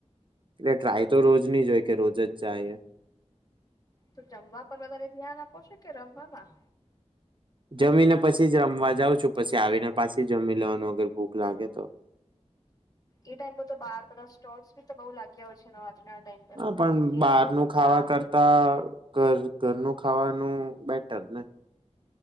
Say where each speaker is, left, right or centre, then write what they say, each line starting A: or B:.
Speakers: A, on the right; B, on the left.
A: એટલે ટ્રાય તો રોજ ની જ હોય કે રોજ જ જાયે
B: તો જમવા પર વધારે ધ્યાન આપો છે કે રમવામાં
A: જમીને પછી જ રમવા જઉં છું પછી આવીને પાછી જમી લેવાનું અગર ભૂખ લાગે તો
B: એ ટાઈમ પર તો બાર બધા સ્ટોલ્સ બી તો બઉ લાગ્યા હોય નવરાત્રીના છે ટાઈમ પર
A: હા પણ
B: ખીચું
A: બારનું
B: ઢોકળા
A: ખાવા
B: અને
A: કરતા ઘર ઘરનું ખાવાનું બેટર ને